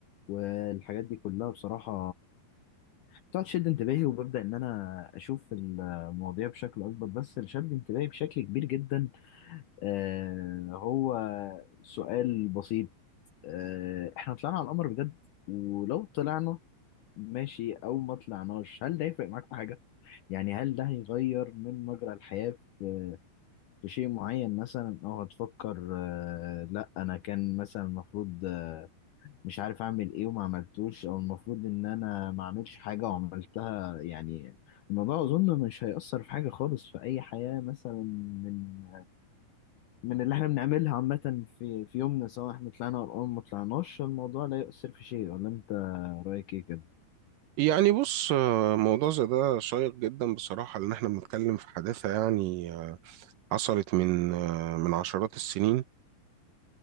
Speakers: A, on the left; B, on the right.
A: والحاجات دي كلها بصراحة بتقعد تشد انتباهي وببدأ إن أنا أشوف المواضيع بشكل أكبر بس اللي شد انتباهي بشكل كبير جدا آه هو سؤال بسيط آه إحنا طلعنا على القمر بجد ولو طلعنا ماشي او ما طلعناش هل ده يفرق معاك في حاجه يعني هل ده هيغير من مجرى الحياه في في شيء معين مثلا او هتفكر آه، لا انا كان مثلا المفروض آه، مش عارف اعمل ايه وما عملتوش او المفروض ان انا ما اعملش حاجه وعملتها يعني الموضوع اظن مش هيأثر في حاجه خالص في اي حياه مثلا من من اللي احنا بنعملها عامه في في يومنا سواء احنا طلعنا او ما طلعناش الموضوع لا يؤثر في شيء ولا انت رايك ايه كده
B: يعني بص آه، موضوع زي ده شيق جدا بصراحة لأن احنا بنتكلم في حادثة يعني آه، حصلت من آه، من عشرات السنين